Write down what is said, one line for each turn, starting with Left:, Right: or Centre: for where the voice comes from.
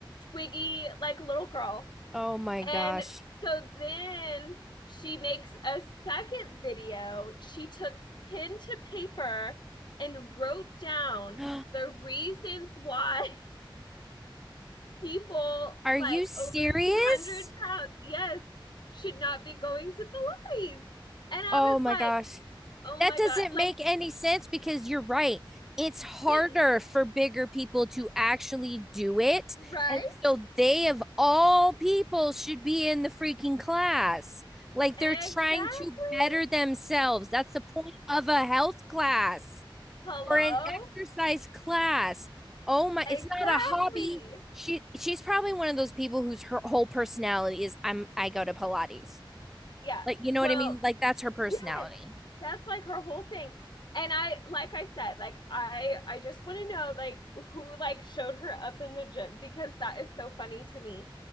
Left: twiggy like little girl
Centre: oh my gosh.
Left: and so then she makes a second video. She took pen to paper and wrote down
Centre: <gasps>
Left: the reasons why <laughs> people
Centre: Are
Left: like
Centre: you serious?
Left: over 200 pounds, yes, should not be going to Pilates. And I
Centre: Oh
Left: was
Centre: my
Left: like,
Centre: gosh.
Left: oh
Centre: That
Left: my
Centre: doesn't
Left: God, like,
Centre: make any sense because you're right. It's harder
Left: <laughs>
Centre: for bigger people to actually do it.
Left: right?
Centre: And so they, of all people, should be in the freaking class. Like they're
Left: Exactly.
Centre: trying to better themselves. That's the point of a health class
Left: <laughs> Hello?
Centre: or an exercise class. Oh my,
Left: Exactly.
Centre: it's not a hobby. She she's probably one of those people whose her whole personality is I'm I go to Pilates.
Left: yeah.
Centre: Like, you know
Left: Well,
Centre: what I mean? Like, that's her personality.
Left: yes. That's like her whole thing. And I like I said, like I I just want to know like who like showed her up in the gym because that is so funny to me.